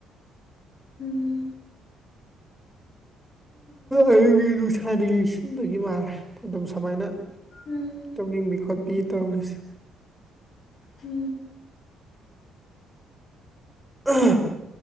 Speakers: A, on the left; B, in the centre.
A: ꯎꯝ
B: ꯑꯌꯨꯒꯤ ꯅꯨꯡꯁꯥꯅ ꯌꯦꯡꯁꯤꯟꯕꯒꯤ ꯃꯥꯜꯂꯦ ꯑꯗꯨꯝ ꯁꯨꯃꯥꯏꯅ
A: ꯎꯝ
B: ꯇꯧꯅꯤꯡꯕꯤ ꯈꯣꯠꯄꯤ ꯇꯧꯔꯤꯁꯦ
A: ꯎ
B: ꯑ